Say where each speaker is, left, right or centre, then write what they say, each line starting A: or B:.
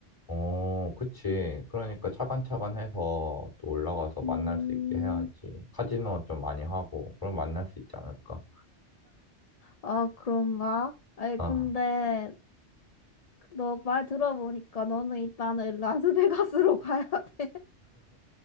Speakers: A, on the left; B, on the left.
A: 어, 그치. 그러니까 차근차근 해서 또 올라가서
B: 음,
A: 만날 수 있게 해야지. 카지노 좀 많이 하고, 그럼 만날 수 있지 않을까?
B: 아, 그런가? 아니,
A: 아,
B: 근데 너 말 들어보니까 너는 일단은 라스베가스로 <laughs> 가야 돼.